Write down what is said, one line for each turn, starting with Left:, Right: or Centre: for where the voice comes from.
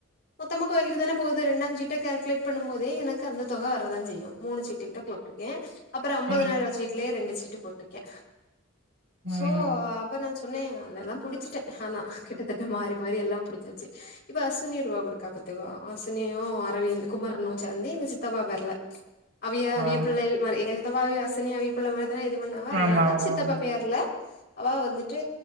Left: மொத்தமா கோயிலுக்கு தானே போது ரெண்டாச் சீட்ட கால்குலேட் பண்ணும் போதே எனக்கு அந்த தொக வரதா செய்யு மூணு சீட்டு கிட்ட போட்ருக்கே அப்பற ஐம்பதினாய்
Right: ம்
Left: ரூவா சீட்லே ரெண்டு சீட்டு போட்டுருக்கே
Right: ம்
Left: சோ அப்போ நா சொன்னே அதெல்லா புடிச்சிட்டே ஆனா கிட்டத்தட் மாறி மாறி எல்லா புடிச்சாச்சு இப்ப அசுனி ரூவா குடுக்கா பாத் துக்கோ அஸ்னியு அரவிந்த் குமரனு சேந்து எங்க சித்தப்பா பேர்ல அவிய
Right: ஆ
Left: அவிய பிள்ளையில் மாரி எங்க சித்தப்பா அவிய அஸ்சினிய அவிய பிள்ள மாரி தானே இது பண்ணா அவ அதனால
Right: ஆமா ஆமா
Left: சித்தப்பா
Right: ஆமா
Left: பேர்ல அவா வந்துட்டு